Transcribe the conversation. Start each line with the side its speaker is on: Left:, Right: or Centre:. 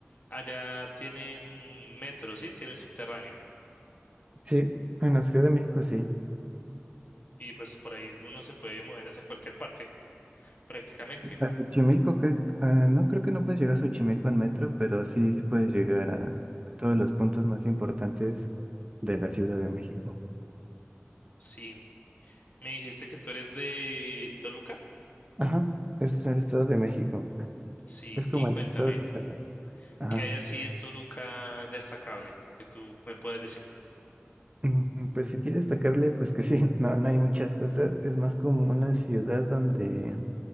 Left: allá tienen metro, ¿sí? Tienen subterráneo.
Right: Sí, en la Ciudad de México sí.
Left: Y pues por ahí uno se puede mover hacia cualquier parte, prácticamente.
Right: A Xochimilco, que, ah, no creo que no puedes llegar a Xochimilco en metro, pero sí, sí puedes llegar a, a todos los puntos más importantes de la Ciudad de México.
Left: Sí. Me dijiste que tú eres de Toluca.
Right: Ajá, es el Estado de México.
Left: Sí,
Right: Es como
Left: y cuéntame,
Right: el Estado de Italia. Ajá.
Left: ¿qué hay así en Toluca destacable que tú me puedas decir?
Right: Mm, Pues aquí destacable, pues que sí, <laughs> no, no hay muchas cosas. Es más como una ciudad donde,